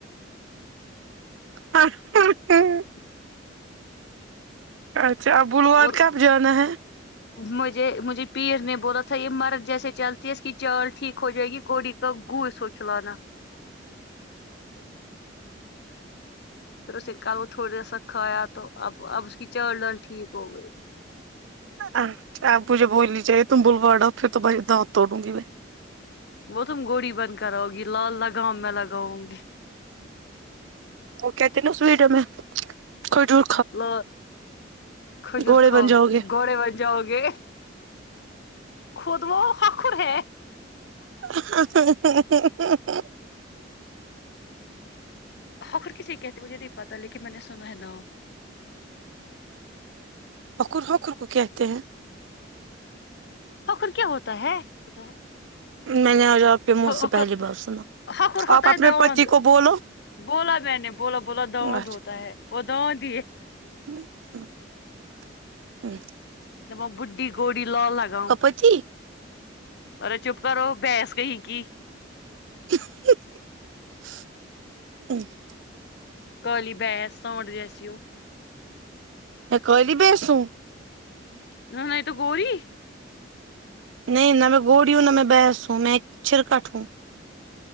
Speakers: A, on the right (about 80°); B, on the left (about 60°).
A: <unintelligible>
B: <inaudible>
A: اچھا اب بلواڑ
B: اور
A: کب جانا ہے
B: مجھے مجھے پیر نے بولا تھا یہ مرد جیسے چلتی ہے اس کی چال ٹھیک ہو جائے گی گوڑی کا گو سو چلانا پھر اس نے کل وہ تھوڑی سا کھایا تو اب اب اس کی چال ڈال ٹھیک ہو گئی
A: اچھا اب مجھے بھول ہی جائے تم بلوڑا پھر تو بس دانت توڑوں گی میں
B: وہ تم گوڑی بند کراؤ گی لال لگام میں لگاؤں گی
A: وہ کہتے نا اس ویڈیو میں کوئی دور
B: ل کھجور
A: گھوڑے
B: کھاؤ
A: بن جاؤ گے
B: گھوڑے وا جاؤ گے خود وہ ہخر ہے
A: <unintelligible>
B: ہخر کیسے کہتے ہے مجھے نہیں پتا لیکن میںنے سنہ ہے نام
A: ہخر ہخر کو کہتے ہیں
B: ہخر کیا ہوتا ہے ہوتا ہے
A: میں نے آج آپ کے منہ سے
B: حکر
A: پہلی بار سنا
B: ہکر <unintelligible> ہوتا
A: آپ اپنے
B: ہے داواند
A: پتی کو بولو
B: بولا میں نے بولا بولا داود
A: اچھا
B: ہوتا ہے وہ داود ہی ہے
A: <unintelligible>
B: وہ بڈھی گوری لال لگام
A: بچی
B: ارے چپ کرو بہینس کہیں کی
A: <unintelligible>
B: کالی بہینس سانٹھ جیسی ہو
A: میں کالی بہینس ہوں
B: نا نہیں تو گوری
A: نہیں نہ میں گوری ہوں نہ میں بہینس ہوں میں ایک چھرکٹ ہوں